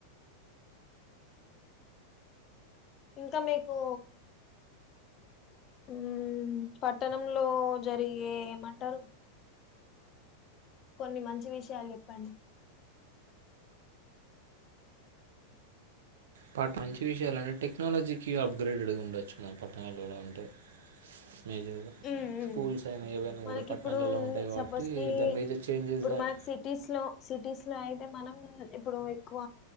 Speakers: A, on the left; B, on the right.
A: ఇంక మీకూ మ్ పట్టణంలో జరిగే ఏమంటారు కొన్ని మంచి విషయాలు చెప్పండి
B: బట్ మంచి విషయలు అంటే టెక్నాలజీకి అప్గ్రేడడ్ ఉండవచ్చు మనం పట్టణాలలో ఉంటే మేజర్గా
A: ఉమ్
B: స్కూల్స్
A: ఉమ్
B: అయినా ఏవైనా
A: మనకి
B: కూడా పట్టణాలలో
A: ఇప్పుడు
B: ఉంటాయి కాబట్టి
A: సపోజ్ కి
B: ద మేజర్ చేంజెస్
A: ఇప్పుడు
B: దట్
A: మనకి సిటీస్ లో సిటీస్ లొ అయితే మనం ఇప్పుడు ఎక్కువ